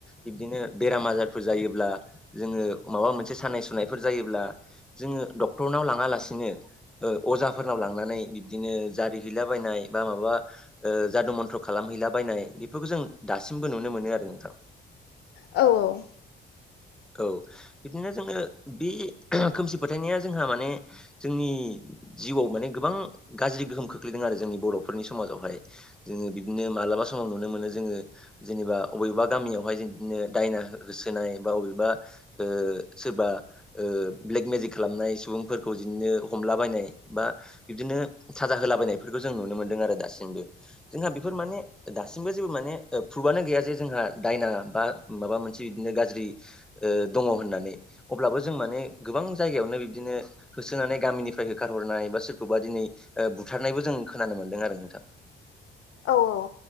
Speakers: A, in the centre; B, on the left.
A: बिब्दिनो बेराम आजारफोर जायोब्ला जोंङो माबा मोनसे सानाय सुनायफोर जायोब्ला जोंङो डक्टरनाव लाङालासिनो ओ अजाफोरनाव लांनानै बिबदिनो जारिहैला बायनाय बा माबा माबा ओ जादु मन्थ्र' खालामहैला बायनाय बेफोरखौ जों दासिमबो नुनो मोनो आरो नोंथां।
B: औ औ।
A: औ बिदिनो जोंङो बे खोमसि फोथायनाया जोंहा माने जोंनि जिउआव माने गोबां गाज्रि गोहोम खोख्लैदों आरो जोंनि बर'फोरनि समाजावहाय। जोंङो बिदिनो मालाबा औ नुनो मोनो जोंङो जेनेबा बबेबा गामियावहाय बिदिनो दायना होसोनाय बाबेबा बा सोरबा ओ ब्लेक मेजिक खालामनाय सुबुंफोरखौ बिदिनो हमलाबायनाय बा बिब्दिनो साजा होलाबायनायफोरखौ जों नुनो मोन्दों आरो दासिमबो। जोंहा बेफोर माने दासिमबो जेबो माने प्रुभआनो गैया जे जोंहा दायना बा माबा मोनसे बिदिनो गाज्रि ओ दङ होननानै। अब्लाबो जों माने गोबां जायगायावनो बिब्दिनो होसोनानै गामिनिफ्राय होखारहरनाय बा सोरखौबा दिनै बुथारनायबो जों खोनानो मोनदों आरो नोंथां। <inaudible>
B: औ औ।